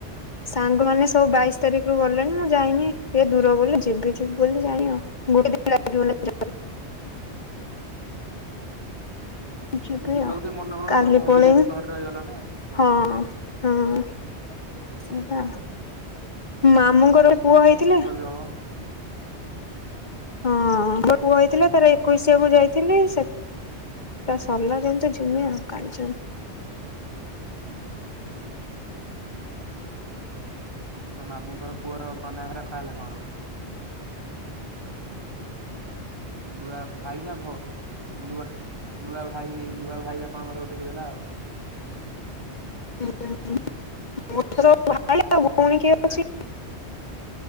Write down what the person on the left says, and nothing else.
ସାଙ୍ଗମାନେ ସବୁ ବାଇଶି ତାରିଖରୁୁ ଗଲେଣି ମୁଁ ଯାଇନି ଇଏ ଦୂର ବୋଲି ଯିବି ଯିବି ବୋଲି ଜାଇନି ଆଉ। ଗୋଟେ ଦିନ ଲାଗିବ <unintelligible>
ଯିବି
ଆଉ
କାଲି
ପଳେଇବି
ହଁ ହଁ ସେଇଟା ମାମୁଁଙ୍କର ପୁଅ ହେଇଥିଲା
ହଁ ତାଙ୍କ ପୁଅ ହେଇଥିଲା ତାର ଏକୋଇଶିଆକୁ ଯାଇଥିଲି ସେ ଟା ସରିଲା ଯେମିତି ଯିମି ଆଉ କାଲଚେର୍।
<unintelligible> ଭାଇ ଆଉ ଭଉଣୀ କିଏ
ଅଛି?